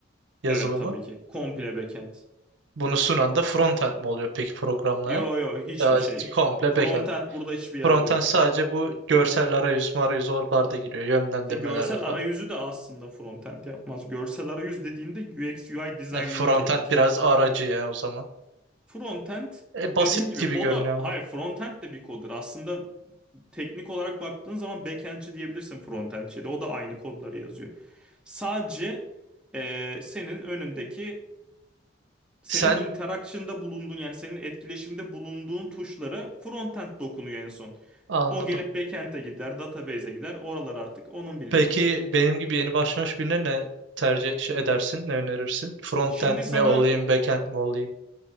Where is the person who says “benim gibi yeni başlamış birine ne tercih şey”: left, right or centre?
Right